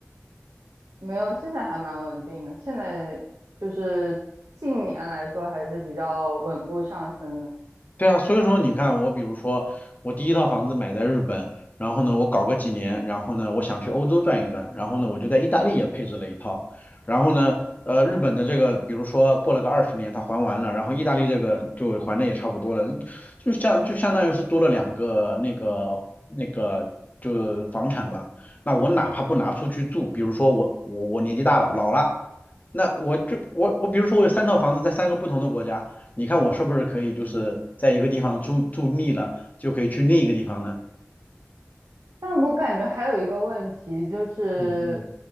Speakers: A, on the right (about 85°); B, on the left (about 35°).
A: 没有，现在还蛮稳定的。现在就是近年来说还是比较稳步上升的。
B: 对啊，所以说你看，我比如说，我第一套房子买在日本，然后呢，我搞个几年，然后呢，我想去欧洲转一转，然后呢，我就在意大利也配置了一套，然后呢，呃，日本的这个，比如说过了个二十年，它还完了，然后意大利这个就还的也差不多了，就像就相当于是多了两个那个那个就是房产吧，那我哪怕不拿出去住，比如说我我我年纪大了，老了。那我就我我比如说我有三套房子在三个不同的国家，你看我是不是可以就是在一个地方住住腻了，就可以去另一个地方呢？
A: 但我感觉还有一个问题就是，
B: 嗯